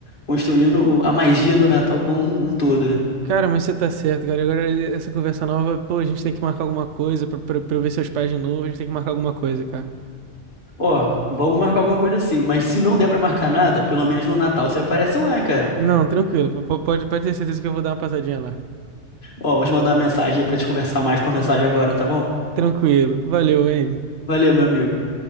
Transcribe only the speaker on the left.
construindo o- a magia do Natal como um todo, né?
Ó, vamos marcar alguma coisa assim, mas se não der pra marcar nada, pelo menos no Natal você aparece lá, hein, cara.
Ó, vou te mandar uma mensagem aí pra te conversar mais por mensagem agora, tá bom?
Valeu, meu amigo.